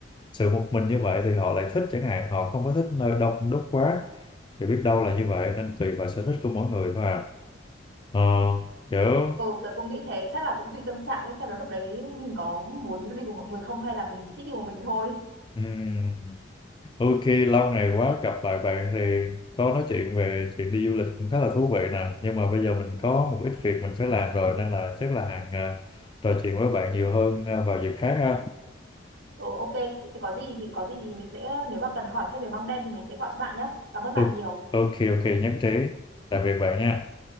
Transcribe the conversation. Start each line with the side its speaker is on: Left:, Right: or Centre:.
Left: sự một mình như vậy thì họ lại thích chẳng hạn, họ không có thích nơi đông đúc quá, thì biết đâu là như vậy nên tùy vào sở thích của mỗi người thôi à. Ờ, kiểu
Right: Ừ, tớ cũng nghĩ thế, chắc là cũng tùy tâm trạng ấy, xem là lúc đấy mình có muốn đi cùng mọi người không hay là mình chỉ thích đi một mình thôi.
Left: ừm, Ok, lâu ngày quá gặp lại bạn thì có nói chuyện về chuyện đi du lịch cũng khá là thú vị nè. Nhưng mà bây giờ mình có một ít việc mình phải làm rồi nên là chắc là hàng à, trò chuyện với bạn nhiều hơn à, vào dịp khác ha.
Right: Ừ, ok, thì có gì thì có gì mình sẽ nếu mà cần hỏi thêm về măng đen thì mình sẽ gọi cho bạn nhé. Cảm ơn bạn
Left: Ừ,
Right: nhiều.
Left: ok, ok, nhất trí. Tạm biệt bạn nha.